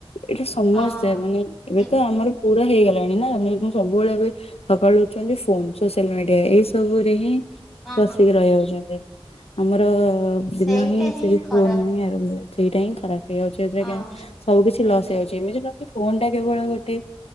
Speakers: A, on the left; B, in the centre.
A: ଏଇଟା ସମସ୍ତେ
B: ହଁ।
A: ମାନେ ଏବେ
B: ଯେ
A: ତ ଆମର ପୁରା ହେଇଗଲାଣି ନା ମେ ସବୁବେଳେ ଏବେ ସକାଳୁ ଉଠୁଚନ୍ତି ଫୋନ ସୋସିଆଲ ମିଡିଆ ଏଇସବୁରେ ହିଁ
B: ହଁ
A: ପଶିିକି ରହିଯାଉଚନ୍ତି। ଆମର ଦିନ
B: ସେଇଟା
A: ହିଁ ସେଇ
B: ଖରାପ
A: ଫୋନରୁ ହିଁ ଆରମ୍ଭ ହୁଏ। ସେଇଟା ହିଁ ଖରାପ ହେଇଯାଉଛି <unintelligible>
B: ହଁ
A: ସବୁ କିଛି
B: ସେଇଟା
A: ଲସ ହେଇଯାଉଛି ଏମିତି ଫୋନ ଟା କେବଳ ଗୋଟେ